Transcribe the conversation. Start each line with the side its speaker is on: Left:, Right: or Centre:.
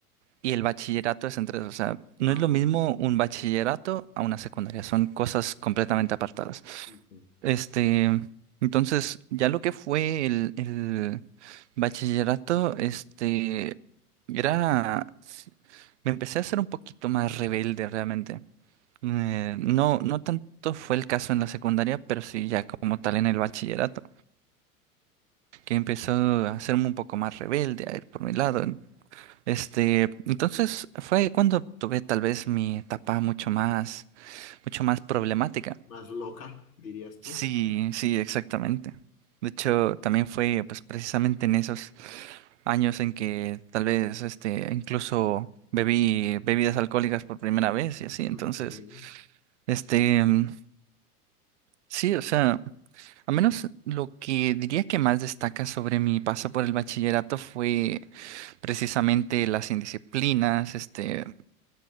Right: y el bachillerato es en tres. O sea, no
Left: Ah,
Right: es lo mismo
Left: ok.
Right: un bachillerato a una secundaria, son cosas completamente apartadas.
Left: Ujú.
Right: Este, entonces, ya lo que fue el, el bachillerato, este, era, me empecé a ser un poquito más rebelde realmente. Eh, no, no tanto fue el caso en la secundaria, pero sí ya como tal en el bachillerato, que empezó a hacerme un poco más rebelde, a ir por mi lado. Este, entonces fue cuando tuve tal vez mi etapa mucho más, mucho más problemática.
Left: Más loca, dirías tú.
Right: Sí, sí, exactamente. De hecho, también fue pues precisamente en esos años en que tal vez este incluso bebí bebidas alcohólicas por primera vez y así. Entonces,
Left: Ok.
Right: este mm, sí, o sea, a menos lo que diría que más destaca sobre mi paso por el bachillerato fue precisamente las indisciplinas, este,